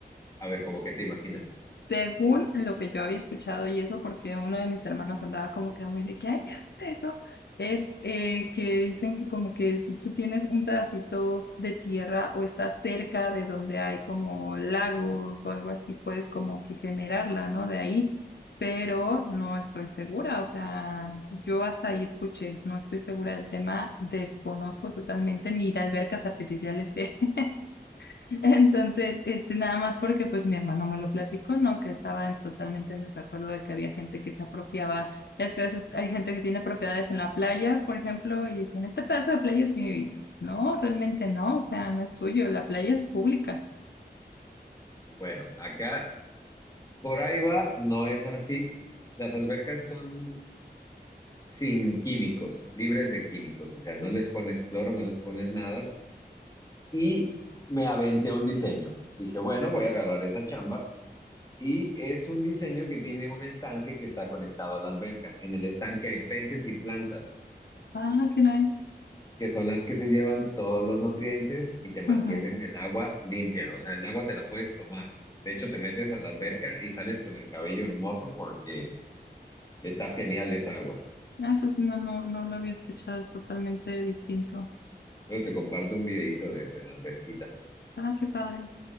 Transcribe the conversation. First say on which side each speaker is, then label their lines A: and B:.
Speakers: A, on the left; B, on the left.
A: A ver, ¿cómo que te imaginas?
B: Según lo que yo había escuchado y eso, porque uno de mis hermanos andaba como que muy de que, ay, ¿ya viste eso? Es eh, que dicen que como que si tú tienes un pedacito de tierra o estás cerca de donde hay como lagos o algo así, puedes como que generarla, ¿no? De ahí, pero no estoy segura, o sea, yo hasta ahí escuché, no estoy segura del tema, desconozco totalmente ni de albercas artificiales, <laughs> Entonces, este, nada más porque pues mi hermano me lo platicó, ¿no? Que estaba en- totalmente en desacuerdo de que había gente que se apropiaba. Es que a veces hay gente que tiene propiedades en la playa, por ejemplo, y dicen, este pedazo de playa es mío. Y, pues, no, realmente no, o sea, no es tuyo, la playa es pública.
A: Bueno, acá Por ahí va, no es así. Las albercas son sin químicos, libres de químicos, o sea, no les pones cloro, no les pones nada. Y me aventé un diseño. Dije, bueno, voy a agarrar esa chamba. Y es un diseño que tiene un estanque que está conectado a la alberca. En el estanque hay peces y plantas,
B: Ah, qué nice.
A: que son las que se llevan todos los nutrientes y te mantienen
B: Ujú.
A: el agua limpia. O sea, el agua te la puedes tomar. De hecho, te metes a la alberca y sales con el cabello hermoso porque está genial esa agua.
B: Eso sí, no, no, no lo había escuchado, es totalmente distinto.
A: Luego te comparto un videito de, de la alberquita.
B: Ah, qué padre.